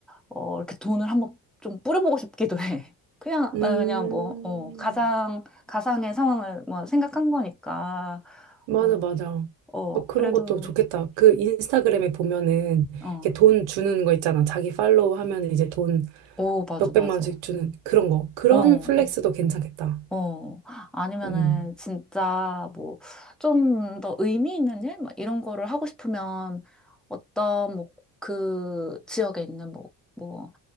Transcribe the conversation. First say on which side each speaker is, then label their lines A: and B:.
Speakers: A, in the centre; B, on the right.
A: 어, 이렇게 돈을 한번 좀 뿌려보고 싶기도 해. <laughs> 그냥,
B: 음,
A: 나 그냥 뭐, 어, 가상, 가상의 상황을 뭐 생각한 거니까,
B: 맞아,
A: 어,
B: 맞아.
A: 어,
B: 뭐 그런
A: 그래도,
B: 것도 좋겠다. 그 인스타그램에 보면은
A: 어,
B: 이렇게 돈 주는 거 있잖아. 자기 팔로우 하면 이제 돈
A: 오, 맞아,
B: 몇백만
A: 맞아.
B: 원씩 주는 그런 거. 그런
A: 어.
B: 플렉스도 괜찮겠다.
A: 어, 아니면은
B: 음,
A: 진짜 뭐 좀 더 의미 있는 일? 막 이런 거를 하고 싶으면 어떤 뭐 그 지역에 있는 뭐뭐